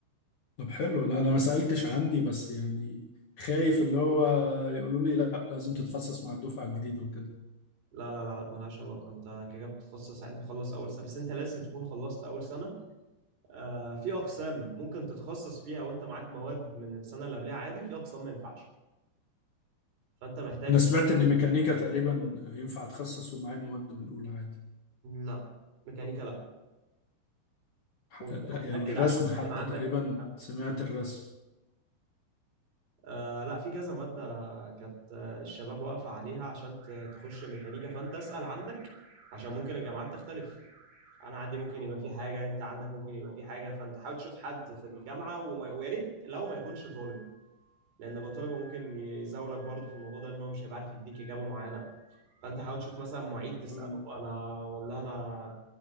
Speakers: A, on the left; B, on the right.
A: طب حلو لا انا ما سألتش عندي بس يعني خايف اللي هو يقولوا لي لا لازم تتخصص مع الدفعة الجديدة وكده
B: لا لا لا لا مالهاش علاقة انت كده كده بتتخصص عادي تخلص أول سنة بس انت لازم تكون خلصت أول سنة آه في أقسام ممكن تتخصص فيها وانت معاك مواد من السنة اللي قبلها عادي وفي أقسام ما ينفعش فانت محتاج
A: انا سمعت ان ميكانيكا تقريبا ينفع اتخصص ومعايا مواد من اولى عادي
B: لا ميكانيكا لا وت-
A: لا،
B: وتأكد
A: والرسم
B: عشان
A: حتى
B: ممكن عندك
A: تقريبا
B: في الجامعة.
A: سمعت الرسم
B: آه لا في كذا مادة كانت آه، الشباب واقفة عليها عشان ت- تخش ميكانيكا فأنت اسأل عندك عشان ممكن الجامعات تختلف أنا عندي ممكن يبقى في حاجة أنت عندك ممكن يبقى في حاجة فأنت حاول تشوف حد في الجامعة وما- ويا ريت لو ما يكونش طالب لأن لو طالب هو ممكن يزاولك برضه في الموضوع ده لأن هو مش هيبقى عارف يديك إجابة معينة فأنت حاول تشوف مثلا معيد تسأله
A: اه
B: أنا والله أنا